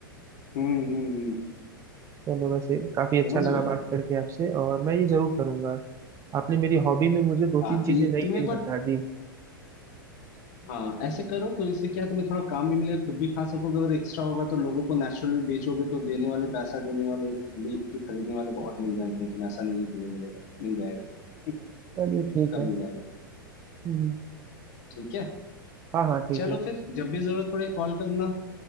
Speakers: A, on the left; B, on the right.
A: हम्म हम्म हम्म
B: चलो वैसे काफी अच्छा
A: समझ
B: लगा
A: रहे हो
B: बात करके आपसे और मैं ये जरूर करूंगा आपने मेरी हॉबी में मुझे दो तीन
A: हाँ
B: चीजें
A: तो ये-
B: नई
A: तुम एक
B: नई
A: बार
B: बता दी
A: हाँ ऐसे करो तो इससे क्या है, तुम्हें थोड़ा काम भी मिलेगा खुद भी खा सकोगे अगर एक्स्ट्रा होगा तो लोगों को नेचुरल भी बेचोगे तो देने वाले पैसा देने वाले लेके खरीदने वाले बहुत मिल जाएंगे तुम्हें ऐसा नहीं है कि नहीं मिलेगा मिल जाएगा <laughs>
B: चलिए ठीक
A: का
B: है
A: मिल जाएगा
B: हम्म,
A: ठीक है
B: हाँ हाँ ठीक
A: चलो
B: है
A: फिर जब भी जरूरत पड़े कॉल करना